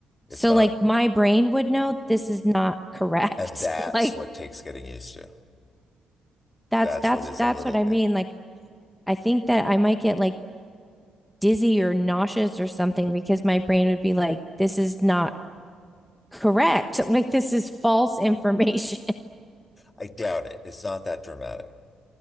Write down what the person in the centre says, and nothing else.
So
like my brain would know this is not correct.
<laughs> Like
that's,
that's,
that's
what I mean.
Like, I think that
I might get like dizzy or nauseous or something because my brain would be like, this is not correct. <laughs> Like this is false information.